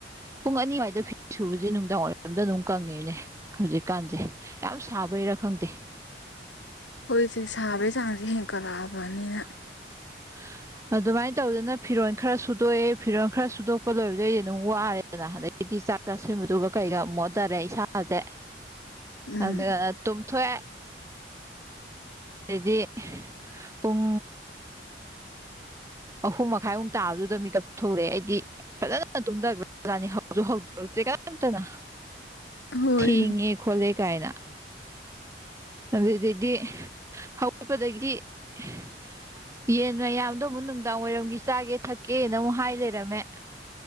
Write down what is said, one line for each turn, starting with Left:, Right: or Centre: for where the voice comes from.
Right: ꯄꯨꯡ ꯑꯅꯤ ꯑꯗꯨꯋꯥꯏꯗ ꯐꯤ ꯁꯨꯕꯁꯦ ꯅꯨꯡꯗꯥꯡ ꯋꯥꯏꯔꯝꯗ ꯑꯗꯨꯝ ꯀꯪꯉꯦꯅꯦ ꯍꯧꯖꯤꯛꯀꯥꯟꯁꯦ ꯌꯥꯝ ꯁꯥꯕꯩꯔꯥ ꯈꯪꯗꯦ
Left: ꯑꯩꯈꯣꯏꯁꯦ ꯁꯥꯕꯒꯤ ꯆꯥꯡꯁꯦ ꯍꯦꯟꯀꯠꯂꯛꯑꯕꯅꯤꯅ
Right: <inaudible> ꯑꯗꯨꯃꯥꯏꯅ ꯇꯧꯗꯅ ꯐꯤꯔꯣꯜ ꯈꯔ ꯁꯨꯗꯣꯛꯑꯦ ꯐꯤꯔꯣꯜ ꯈꯔ ꯁꯨꯗꯣꯛꯄ ꯂꯣꯏ‌‌ꯕꯗꯩ ꯑꯩꯥꯩ ꯑꯗꯨꯝ ꯋꯥꯔꯦ ꯑꯗꯨꯅ ꯑꯗꯒꯤꯗꯤ ꯆꯥꯛ ꯆꯥꯁꯤꯟꯕꯗꯨꯒ ꯀꯩꯒ ꯃꯣꯟꯊꯔꯦ ꯏꯁꯥꯁꯦ
Left: ꯎꯝ
Right: ꯑꯗꯨꯅ ꯇꯨꯝꯊꯣꯛꯑꯦ ꯑꯗꯒꯤ ꯄꯨꯡ ꯑꯍꯨꯝ ꯃꯈꯥꯏꯃꯨꯛ ꯇꯥꯕꯗꯨꯗ ꯃꯦꯀꯞ ꯊꯣꯛꯂꯛꯑꯦ ꯑꯩꯗꯤ ꯐꯖꯅ ꯇꯨꯝꯊꯈꯔ ꯖꯥꯠꯅ‌ꯦ ꯍꯧꯁꯨ ꯍꯧꯗ‌ꯣꯔꯛꯇꯔ‌ꯦ ꯀꯅꯥꯝꯇꯅ
Left: ꯍꯣꯏꯅꯦ
Right: ꯊꯦꯡꯉꯦ ꯈꯣꯠꯂꯦ ꯀꯥꯏꯅ ꯑꯗꯨꯗꯩꯗꯤ ꯍꯧꯒꯠꯄꯗꯒꯤꯗꯤ <inaudible> ꯌꯦꯟ ꯃꯌꯥꯝꯗꯣ ꯑꯃꯨꯛ ꯅꯨꯡꯗꯥꯡ ꯋꯥꯏꯔꯝꯒꯤ ꯆꯥꯒꯦ ꯊꯛꯀꯦꯅ ꯑꯃꯨꯛ ꯍꯥꯏ ꯂꯩꯔꯝꯃꯦ